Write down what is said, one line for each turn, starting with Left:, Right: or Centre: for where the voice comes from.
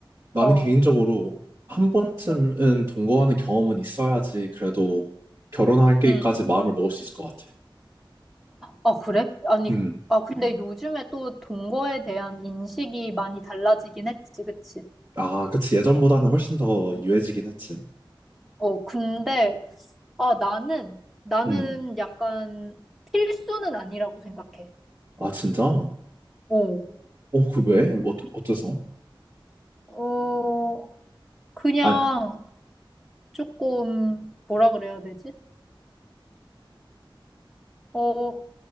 Right: 나는
Centre: 어,
Right: 개인적으로 한 번쯤은
Centre: 어,
Right: 동거하는 경험은 있어야지 그래도 결혼할게까지
Centre: 음.
Right: 마음을 먹을 수 있을 것 같아.
Centre: 아, 그래? 아니,
Right: 음.
Centre: 아, 근데 요즘에 또 동거에 대한 인식이 많이 달라지긴 했지, 그치?
Right: 아, 그치. 예전보다는 훨씬 더 유해지긴 했지.
Centre: 어, 근데, 아, 나는, 나는
Right: 음.
Centre: 약간 필수는 아니라고 생각해.
Right: 아, 진짜? 어,
Centre: 어,
Right: 그 왜? 어, 어째서?
Centre: 어, 그냥
Right: 아,
Centre: 조금, 뭐라 그래야 되지? 어,